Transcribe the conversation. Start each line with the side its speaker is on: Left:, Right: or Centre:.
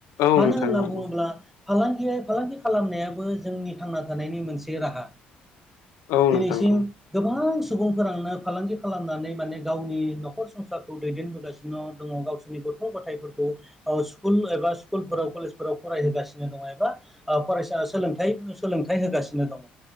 Left: औ
Centre: मानो
Left: नोंथां
Centre: होनना बुङोब्ला
Left: औ
Centre: फालांगि फालांगि खालामनायाबो जोंनि थांना थानायनि मोनसे राहा।
Left: औ
Centre: दिनैसिम
Left: नोंथां औ
Centre: गोबां सु सुबुंफोरानो फालांगि खालामनानै माने गावनि न'खर संसारखौ दैदेनबोगासिनो दङ गाव गथ' गथायफोरखौ स्कुल एबा स्कुल फोराव कलेज फोराव फरायहोगासिनो सिनो दं एबा फरायसा सोलोंथाय सोलोंथाइ होगासिनो दङ।